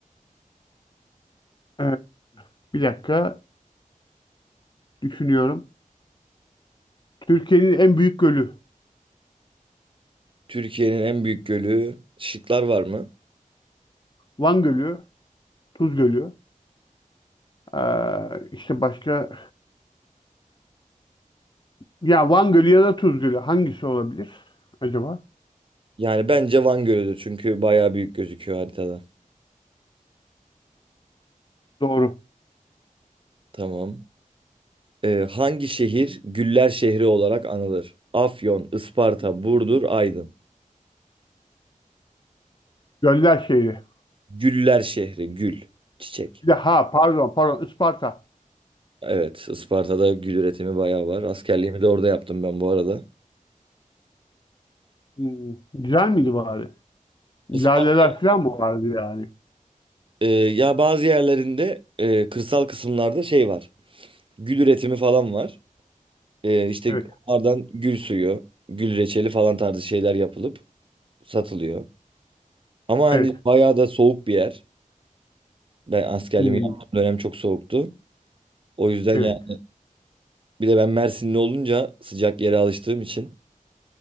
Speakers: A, on the left (about 35°); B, on the right (about 40°).
A: Ee, bir dakika düşünüyorum. Türkiye'nin en büyük gölü.
B: Türkiye'nin en büyük gölü şıklar var mı?
A: Van Gölü, Tuz Gölü. Ee, işte başka Ya Van Gölü ya da Tuz Gölü hangisi olabilir acaba?
B: Yani bence Van Gölü'dür çünkü bayağı büyük gözüküyor haritada.
A: Doğru.
B: Tamam. Ee, hangi şehir Güller şehri olarak anılır? Afyon, Isparta, Burdur, Aydın.
A: Göller şehri.
B: Güller şehri, gül, çiçek.
A: Bir de ha pardon pardon Isparta.
B: Evet, Isparta'da gül üretimi bayağı var. Askerliğimi de orada yaptım ben bu arada.
A: Hmm, güzel miydi bari? Laleler
B: Isparta,
A: falan mı vardı yani?
B: Ee, ya bazı yerlerinde e, kırsal kısımlarda şey var. Gül üretimi falan var. Ee, işte
A: Evet.
B: onlardan gül suyu, gül reçeli falan tarzı şeyler yapılıp satılıyor. Ama hani
A: Evet.
B: bayağı da soğuk bir yer. Ben askerliğimi
A: Hmm,
B: yaptığım dönem çok soğuktu. O yüzden
A: evet.
B: yani bir de ben Mersinli olunca sıcak yere alıştığım için